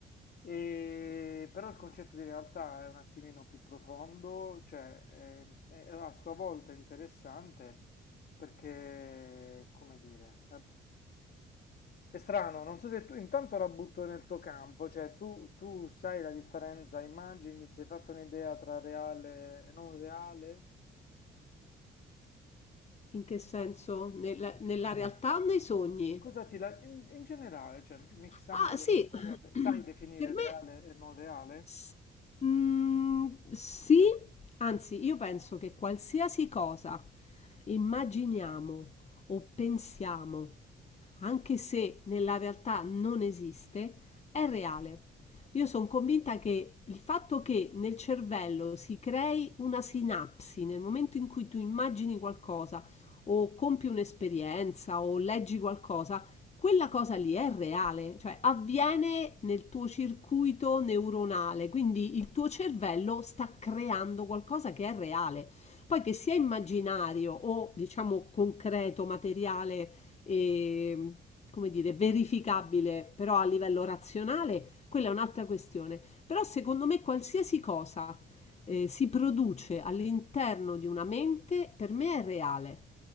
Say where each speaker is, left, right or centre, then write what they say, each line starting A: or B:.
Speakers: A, on the left; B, on the left.
A: e, però il concetto di realtà è un attimino più profondo, cioè è è a sua volta interessante perché, come dire, è strano, non so se tu intanto la butto nel tuo campo, cioè tu, tu sai la differenza, immagini, si è fatta un'idea tra reale e non reale?
B: In che senso? Nella
A: Mm.
B: nella realtà o nei sogni?
A: Cosa ti la- in, in generale, cioè mixandole,
B: Ah sì,
A: cosa-
B: <clears throat> per
A: sai definire
B: me
A: reale e non reale?
B: S- mm, sì, anzi, io penso che qualsiasi cosa immaginiamo o pensiamo, anche se nella realtà non esiste, è reale. Io sono convinta che il fatto che nel cervello si crei una sinapsi nel momento in cui tu immagini qualcosa o compi un'esperienza o leggi qualcosa, quella cosa lì è reale, cioè avviene nel tuo circuito neuronale, quindi il tuo cervello sta creando qualcosa che è reale. Poi che sia immaginario o diciamo concreto, materiale e come dire, verificabile, però a livello razionale, quella è un'altra questione. Però secondo me qualsiasi cosa eh, si produce all'interno di una mente, per me è reale.